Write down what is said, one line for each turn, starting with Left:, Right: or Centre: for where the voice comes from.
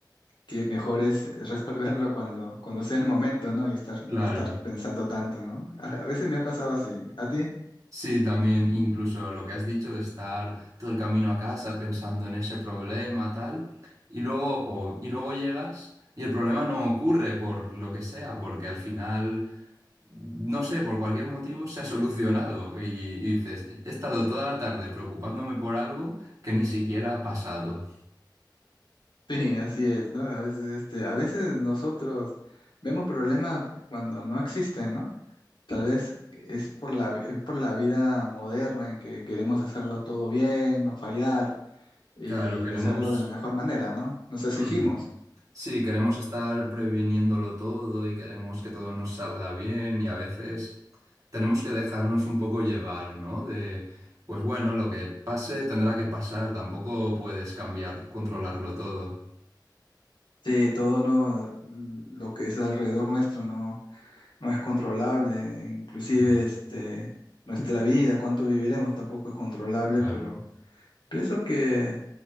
Left: que mejor es resolverlo cuando, cuando sea el momento, ¿no? Y estar,
Right: claro.
Left: no estar pensando tanto, ¿no? A, a veces me ha pasado así. ¿A ti?
Right: Sí, también incluso lo que has dicho de estar todo el camino a casa pensando en ese problema, tal, y luego, o- y luego llegas y el problema no ocurre por lo que sea, porque al final, no sé, por cualquier motivo se ha solucionado y, y dices, he estado toda la tarde preocupándome por algo que ni siquiera ha pasado.
Left: Sí, así es, ¿no? A veces, este, a veces nosotros vemos problemas cuando no existen, ¿no? Tal vez es por la, vi- es por la vida moderna en que queremos hacerlo todo bien, no fallar y
Right: Claro, queremos...
Left: de hacerlo de la mejor manera, ¿no? Nos exigimos.
Right: Mm. Sí, queremos estar previniéndolo todo y queremos que todo nos salga bien y a veces tenemos que dejarnos un poco llevar, ¿no? De, pues bueno, lo que pase tendrá que pasar, tampoco puedes cambiar, controlarlo todo.
Left: Sí, todo no, lo que es alrededor nuestro, ¿no? no es controlable, inclusive
Right: Mm,
Left: este, nuestra vida, cuánto viviremos tampoco es controlable,
Right: Claro.
Left: pero pienso que